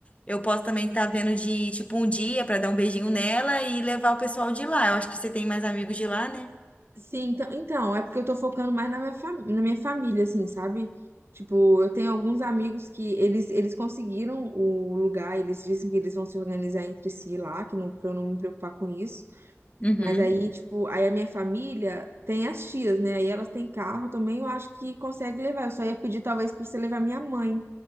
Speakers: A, on the left; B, on the right.
A: eu posso também estar vendo de, tipo, um dia para dar um beijinho nela e levar o pessoal de lá. Eu acho que você tem mais amigos de lá, né?
B: Sim, então, então, é porque eu tô focando mais na minha, fam- na minha família, assim, sabe? Tipo, eu tenho alguns amigos que eles, eles conseguiram o lugar, eles dizem que eles vão se organizar entre si lá, que não, pra eu não me preocupar com isso.
A: Uhum.
B: Mas aí, tipo, aí a minha família tem as tias, né? Aí elas têm carro também, eu acho que consegue levar. Eu só ia pedir talvez pra você levar minha mãe,